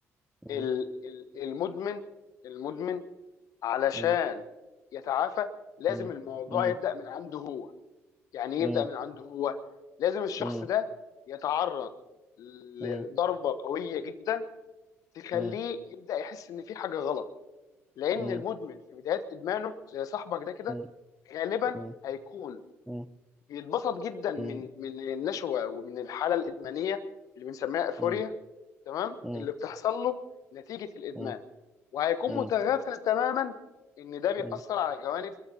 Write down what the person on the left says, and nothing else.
ال ال المدمن المدمن علشان
يتعافى لازم
الموضوع
يبدا من عنده هو يعني إيه
يبدا من عنده هو لازم الشخص
ده يتعرض
لضربه قويه جدا تخليه
يبدا يحس ان في حاجه غلط لان
المدمن في بدايه ادمانه زي صاحبك ده كده
غالبا
هيكون
بيتبسط جدا من
من النشوه ومن الحاله الادمانيه اللي بنسميها ايفوريا
تمام
اللي بتحصل له نتيجه الادمان
وهيكون
متغافل تماما ان ده بيأثر
على جوانب